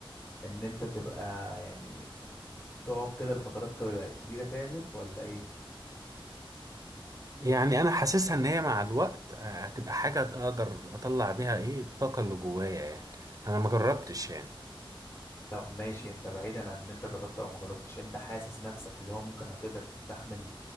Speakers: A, on the left (about 25°); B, on the right (about 40°).
A: ان انت تبقى يعني تقعد كده لفترات ك- كبيره تعزف ولا ايه
B: يعني انا حاسسها ان هي مع الوقت آه، هتبقى حاجه اقدر اطلع بيها ايه الطاقه اللي جوايا يعني انا ما جربتش يعني
A: طب ماشي انت بعيدا عن ان انت جربت او ما جربتش انت حاسس نفسك اللي هو ممكن هتقدر تستحمل